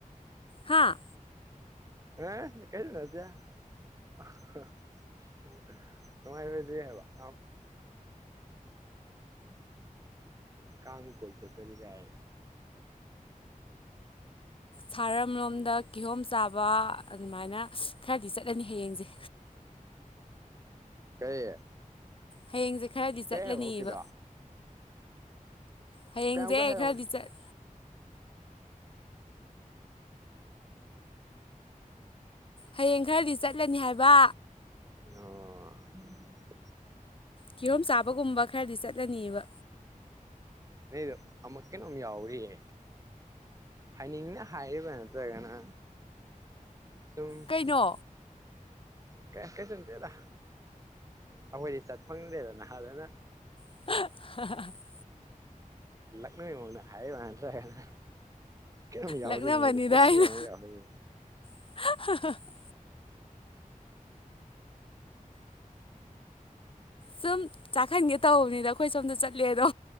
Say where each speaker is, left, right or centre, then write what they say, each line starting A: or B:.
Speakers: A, on the left (about 40°); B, on the right (about 25°).
A: ꯍꯥꯥ
B: ꯑ ꯀꯥꯏ ꯅꯖ <unintelligible> ꯀꯥꯡ ꯀꯣꯏꯆꯠꯇꯧꯔꯤ ꯒꯥꯏꯅ
A: ꯁꯥꯔꯝꯂꯣꯝꯗ ꯀꯤꯍꯣꯝ ꯆꯥꯕ ꯑꯗꯨꯃꯥꯏꯅ ꯈꯔꯗꯤ ꯆꯠꯂꯅꯤ ꯍꯌꯦꯡꯖꯦ
B: ꯀꯔꯤ
A: ꯍꯌꯦꯡꯁꯦ ꯈꯔꯗꯤ ꯆꯠꯂꯅꯤꯕ
B: ꯀꯩ ꯍꯥꯏꯕ ꯍꯧꯖꯤꯛꯀꯤꯗꯣ
A: ꯍꯌꯦꯡꯁꯦ
B: ꯀꯌꯥꯝꯀ ꯍꯥꯏꯔꯛꯎꯅꯦ
A: ꯈꯔꯗꯤ ꯆꯠ ꯍꯌꯦꯡ ꯈꯔꯗꯤ ꯆꯠꯂꯅꯤ ꯍꯥꯏꯕ
B: <unintelligible>
A: ꯀꯤꯍꯣꯝ ꯆꯥꯕꯒꯨꯝꯕ ꯈꯔꯗꯤ ꯆꯠꯂꯅꯤꯕ
B: ꯀꯩꯅꯣ ꯑꯃ ꯀꯩꯅꯣꯝ ꯌꯥꯎꯔꯤꯌꯦ ꯍꯥꯏꯅꯤꯡꯅ ꯍꯥꯏꯔꯤꯕꯔ ꯅꯠꯇ꯭ꯔꯒꯅ ꯁꯨꯝ
A: ꯀꯩꯅꯣ
B: ꯀꯩ ꯀꯩꯁꯨꯝ ꯅꯠꯇ‌ꯦꯗ ꯑꯩꯈꯣꯏꯗꯤ ꯆꯠ ꯐꯪꯗꯦꯗꯅ ꯑꯗꯨꯅ
A: <unintelligible>
B: ꯂꯛꯅꯩ ꯃ‌ꯑꯣꯡꯗ ꯍꯥꯏꯔꯤꯕꯔ ꯅꯠꯇꯔꯒꯅ ꯀꯩꯅꯣꯝ ꯌꯥꯎꯔꯤꯌ‌ꯦ
A: ꯂꯛꯅꯕꯅꯤꯗ
B: ꯀꯣꯆꯤ
A: ꯑꯩꯅ
B: ꯑꯃ ꯌꯥꯎꯔꯤ
A: <unintelligible> ꯁꯨꯝ ꯆꯥꯛꯍꯟꯒꯦ ꯇꯧꯕꯅꯤꯗ ꯑꯩꯈꯣꯏ ꯁꯣꯝꯗ ꯆꯠꯂꯦꯗꯣ